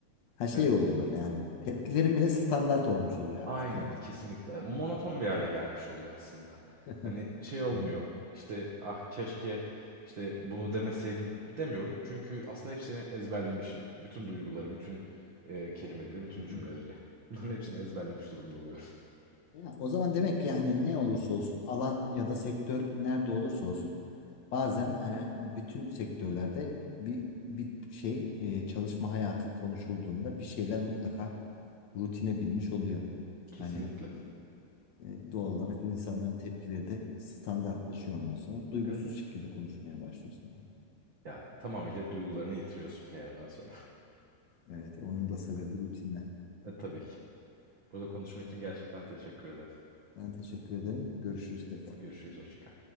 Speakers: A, on the left (about 50°); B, on the right (about 70°).
A: Her
B: Hani
A: şey oluyor böyle yani. Tepkilerim bile standart olmuş oluyor
B: Aynen
A: artık yani.
B: kesinlikle. Monoton
A: Hı hı.
B: bir hale gelmiş oluyor aslında.
A: <laughs>
B: Hani şey olmuyor
A: Evet.
B: işte ah keşke işte bunu demeseydim demiyorum. Çünkü aslında hepsini ezberlemişim. Bütün duyguları, bütün e, kelimeleri, bütün
A: Hı hı.
B: cümleleri. Bunların hepsini ezberlemiş durumda oluyorum. <laughs>
A: Ya, o zaman demek ki yani ne olursa olsun alan ya da sektör nerede olursa olsun bazen e, bütün sektörlerde bir bir şey e, çalışma hayatı konuşulduğunda bir şeyler mutlaka rutine binmiş oluyor.
B: Kesinlikle.
A: Hani e, e, doğal olarak insanların tepkileri de standartlaşıyor ondan sonra duygusuz
B: Evet evet.
A: şekilde konuşmaya başlıyorsun. yani.
B: Ya tamamıyla duygularını yitiriyorsun bir yerden sonra. <laughs>
A: Evet, onun da sebebi rutinler.
B: E, tabii ki. Burada konuşma için gerçekten teşekkür ederim.
A: Ben teşekkür ederim. Görüşürüz tekrar.
B: Görüşürüz, hoşça kal.